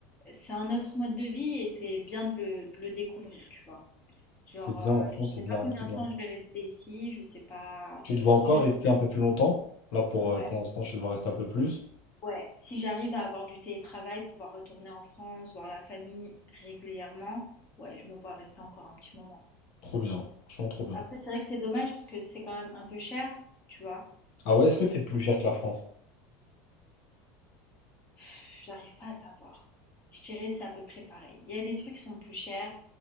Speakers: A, on the left (about 25°); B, on the left (about 60°).
A: c'est un autre mode de vie et c'est bien de le, de le découvrir, tu vois. Genre,
B: c'est bien,
A: euh,
B: franchement,
A: je
B: c'est
A: sais
B: bien,
A: pas combien
B: trop bien.
A: de temps je vais rester ici, je sais pas.
B: Tu te vois encore
A: Je sais.
B: rester un peu plus longtemps? Là, pour,
A: Ouais.
B: euh, pour l'instant, je te vois rester un peu plus.
A: Ouais, si j'arrive à avoir du télétravail, pouvoir retourner en France, voir la famille régulièrement, ouais, je me vois rester encore un petit moment.
B: Trop bien, franchement, trop bien.
A: Après, c'est vrai que c'est dommage parce que c'est quand même un peu cher, tu vois.
B: Ah ouais,
A: Donc,
B: est-ce que c'est plus cher que la France?
A: pff, j'arrive pas à savoir. Je dirais c'est à peu près pareil. Il y a des trucs qui sont plus chers,